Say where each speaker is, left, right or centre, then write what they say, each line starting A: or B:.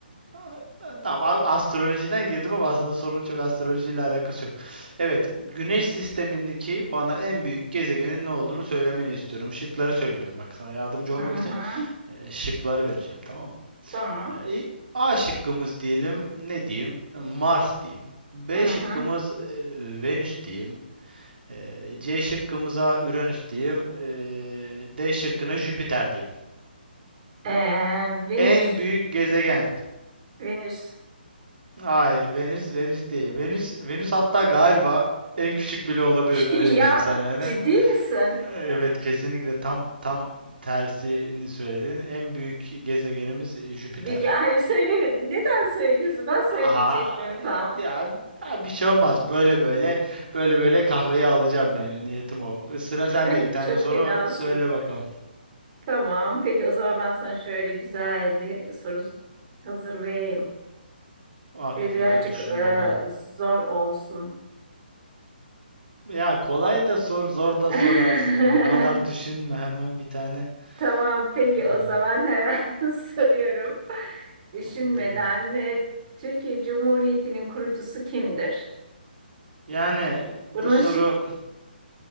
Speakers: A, on the right (about 65°); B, on the right (about 40°).
A: Ha, ha, Tamam a- astrolojiden girdim ama aslında sorunun çok astrolojiyle alakası yok. Evet, Güneş sistemindeki bana en büyük gezegenin ne olduğunu söylemeni istiyorum. Şıkları söylüyorum bak sana yardımcı olmak
B: Hı hı.
A: için e, şıkları vereceğim tamam mı?
B: Tamam.
A: E, i- A şıkkımız diyelim ne diyeyim? E, Mars diyeyim. B
B: Hı hı.
A: şıkkımız e, Venüs diyeyim. E, C şıkkımıza Uranüs diyeyim. E, D şıkkına Jüpiter diyeyim.
B: Ee, Venüs.
A: En büyük gezegen.
B: Venüs.
A: Hayır, Venüs Venüs değil. Venüs Venüs hatta galiba en küçük bile olabilir
B: <laughs>
A: öyle
B: Ya
A: diyeyim sana yani.
B: ciddi misin?
A: Evet kesinlikle tam tam tersini söyledin. En büyük gezegenimiz Jüpiter.
B: Bir, ya hayır söyleme. Neden söylüyorsun? Ben söyleyecektim
A: Aha
B: tam.
A: ya, ya bir şey olmaz. Böyle böyle böyle böyle kahveyi alacağım yani niyetim o. Sıra sende
B: <laughs>
A: bir tane
B: Çok
A: soru
B: fenasın.
A: söyle bakalım.
B: Tamam. Peki o zaman ben sana şöyle güzel bir soru hazırlayayım.
A: Aklında
B: Şöyle birazcık
A: düşün
B: e,
A: bakalım.
B: zor olsun.
A: Ya kolay da sor, zor da
B: <laughs>
A: sorarsın. O kadar düşünme hemen bir tane.
B: Tamam. Peki
A: Ah,
B: o zaman hemen <laughs> soruyorum. Düşünmeden
A: bu
B: e, Türkiye Cumhuriyeti'nin kurucusu kimdir?
A: Yani bu
B: Bunun
A: soru
B: şık